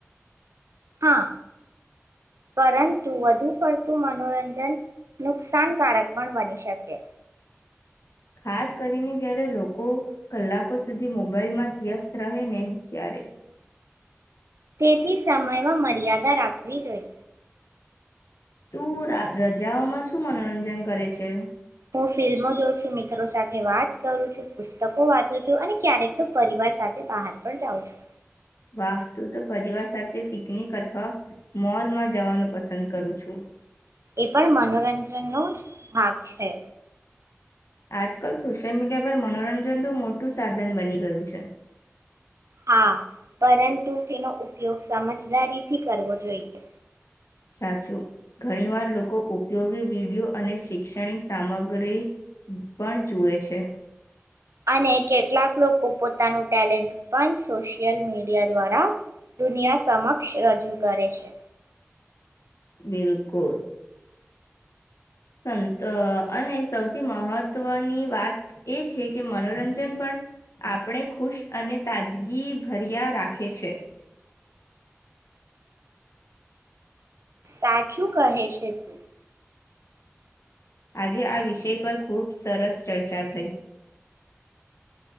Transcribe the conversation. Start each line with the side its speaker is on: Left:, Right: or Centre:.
Right: હા પરંતુ વધુ પડતું મનોરંજન નુકસાનકારક પણ બની શકે.
Left: ખાસ કરીને જ્યારે લોકો કલાકો સુધી મોબાઈલમાં જ વ્યસ્ત રહે ને ત્યારે.
Right: તેથી સમયમાં મર્યાદા રાખવી જોઈએ.
Left: તું રા રજાઓમાં શું મનોરંજન કરે છે?
Right: હું ફિલ્મો જોઉં છું, મિત્રો સાથે વાત કરું છું, પુસ્તકો વાંચું છું, અને ક્યારેક તો પરિવાર સાથે બહાર પણ જાઉં છું.
Left: વાહ તું તો પરિવાર સાથે પિકનિક અથવા મોલમાં જવાનું પસંદ કરું છું.
Right: એ પણ મનોરંજનનો જ ભાગ છે.
Left: આજકાલ સોશિયલ મીડિયા પર મનોરંજનનું મોટું સાધન બની ગયું છે.
Right: હા પરંતુ તેનો ઉપયોગ સમજદારીથી કરવો જોઈએ.
Left: સાચું ઘણીવાર લોકો ઉપયોગી વિડીયો અને શૈક્ષણિક સામગ્રી પણ જુએ છે.
Right: અને કેટલાક લોકો પોતાનું ટેલેન્ટ પણ સોશિયલ મીડિયા દ્વારા દુનિયા સમક્ષ રજૂ કરે છે.
Left: બિલકુલ સંત અને સૌથી મહત્ત્વની વાત એ છે કે મનોરંજન પણ આપણે ખુશ અને તાજગીભર્યા રાખે છે.
Right: સાચું કહે છે તું
Left: આજે આ વિષય પર ખૂબ સરસ ચર્ચા થઈ.